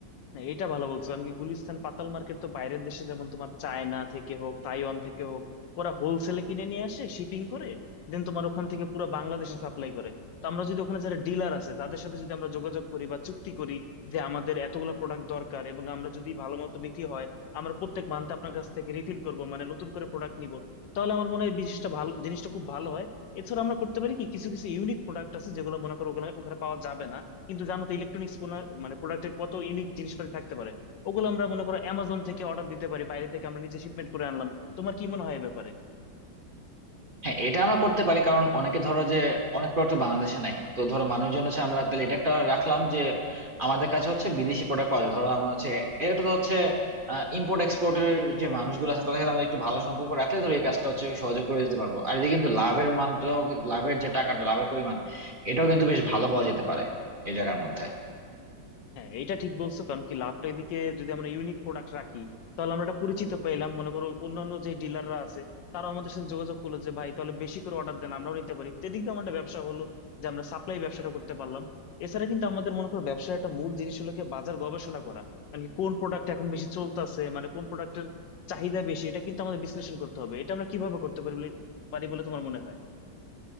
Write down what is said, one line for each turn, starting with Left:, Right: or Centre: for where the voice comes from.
Left: না এটা ভালো বলছো কারণ কি গুলিস্তান পাতাল মার্কেট তো বাইরের দেশে যেমন তোমার চায়না থেকে হোক তাইওয়ান থেকে হোক ওরা হোলসেলে কিনে নিয়ে আসে শিপিং করে দেন তোমার ওখান থেকে পুরো বাংলাদেশে সাপ্লাই করে তো আমরা যদি ওখানে যারা ডিলার আছে তাদের সাথে যদি আমরা যোগাযোগ করি বা চুক্তি করি যে আমাদের এতগুলো প্রোডাক্ট দরকার এবং আমরা যদি ভালো মতো বিক্রি হয় আমরা প্রত্যেক মান্থে আপনার কাছ থেকে রিফিল করব মানে নতুন করে প্রোডাক্ট নিব তাহলে আমার মনে হয় বিশিষ্ট ভালো জিনিসটা খুব ভালো হয় এছাড়া আমরা করতে পারি কি কিছু কিছু ইউনিক প্রোডাক্ট আছে যেগুলো মনে করো ওগুলো- ওখানে পাওয়া যাবে না কিন্তু জানো তো ইলেকট্রনিক্স মানে প্রোডাক্টে কত ইউনিক জিনিসপাতি থাকতে পারে ওগুলো আমরা মনে করো অ্যামাজন থেকে অর্ডার দিতে পারি বাইরে থেকে আমরা নিজে শিপমেন্ট করে আনলাম তোমার কি মনে হয় এই ব্যাপারে
Right: হ্যাঁ এটা আমরা করতে পারি কারণ অনেকে ধরো যে অনেক প্রোডাক্ট বাংলাদেশে নাই তো ধরো মানুষজন হচ্ছে আমরা তাহলে এটা একটা রাখলাম যে আমাদের কাছে হচ্ছে বিদেশি প্রোডাক্ট পাওয়া যায় ধরো আমরা হচ্ছে এটা তো হচ্ছে ইম্পোর্ট এক্সপোর্টের যে মানুষগুলো আছে তাদের সাথে আমরা একটু ভালো সম্পর্ক রাখলে ধরো এই কাজটা হচ্ছে সহজে করে দিতে পারবো আর এদিকে কিন্তু লাভের মানটাও লাভের যে টাকাটা লাভের পরিমাণ এটাও কিন্তু বেশ ভালো পাওয়া যেতে পারে এই জায়গার মধ্যে
Left: হ্যাঁ এটা ঠিক বলছো কারণ কি লাভটা এদিকে যদি আমরা ইউনিক প্রোডাক্ট রাখি তাহলে আমরা একটা পরিচিত পেলাম মনে করো অন্যান্য যে ডিলাররা আছে তারা আমাদের সাথে যোগাযোগ করলো যে ভাই তাহলে বেশি করে অর্ডার দেন আমরাও নিতে পারি তো এদিক দিয়ে আমাদের ব্যবসা হলো যে আমরা সাপ্লাই ব্যবসাটা করতে পারলাম এছাড়া কিন্তু আমাদের মনে করো ব্যবসার একটা মূল জিনিস হলো গিয়ে বাজার গবেষণা করা মানে কি কোন প্রোডাক্ট এখন বেশি চলতেছে মানে কোন প্রোডাক্টের চাহিদা বেশি এটা কিন্তু আমাদের বিশ্লেষণ করতে হবে এটা আমরা কিভাবে করতে পারি বলে পারি বলে তোমার মনে হয়